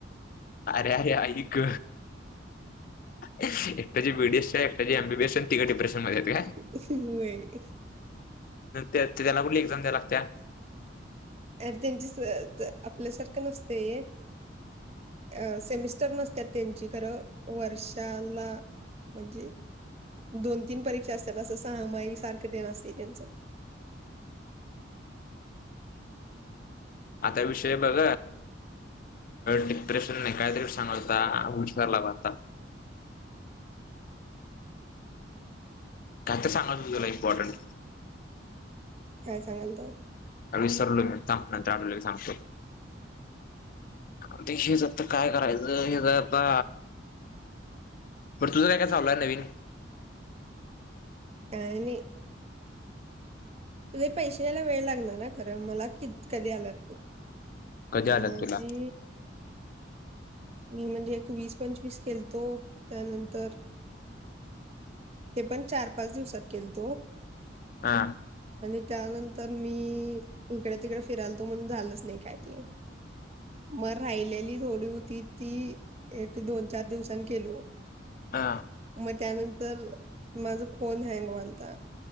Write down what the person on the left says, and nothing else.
आरे आरे आईक एकट्याची बीडीएस एकट्याची एमबिएस तिघ डिप्रेशन
मध्ये
त्याला कुठली एक्झाम द्यायला लागत्या.
आता विषय बघ डिप्रेशनने कायतरी सांगलता विसर ला बघ आता काई तरी सांगलता तुला इमपॉर्टंट
विसरलो मी थांब आठवलं की सांगतो आ <unintelligible> काय करायचं हे आता बर तुझं काय काय चाललंय नवीन
कधी आलात
तुला
हा
हा